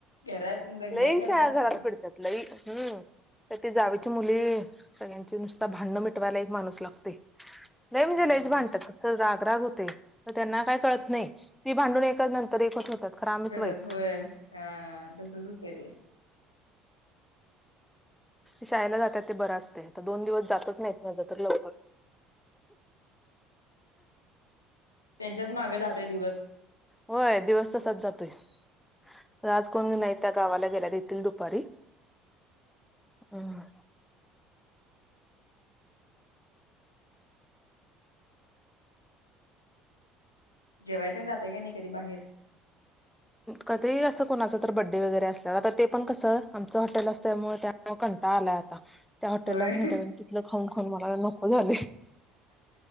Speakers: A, on the left; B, in the centre.
A: घरात दंगा
B: लई
A: करत
B: शा
A: असतात.
B: घरात पीडतात लई हम्म तर ती जावेची मुली सगळ्यांची नुसता भांडण मिटवायला एक माणूस लागतोय लई म्हणजे
A: हा
B: लईच
A: हा
B: भांडतात आसं रागराग होतय तर त्यांना काय कळत नाही ती भांडून एका नंतर एकच होतात खरं आम्हीच
A: गरज
B: वाईट
A: होय हा तसच होतं ते
B: शाळेला जातात ते बर असतय तर दोन दिवस जातच नाहीत माझं तर लवकर
A: त्यांच्याच मागं जातोय दिवस
B: होय दिवस तसाच जातोय खरं आज कोण नाहीत त्या गावाला गेल्यात‌ येतील दुपारी हम
A: जेवय ते जातय का नाही कधी बाहेर
B: कधी अस कुणाच तर बड्डे वगैरे असल्यावर ते पण कसं आमच हॉटेल असते त्यामुळे कंटाळा आलाय आता त्या हॉटेललाच
A: होय
B: तिथ खाऊ खाऊ मला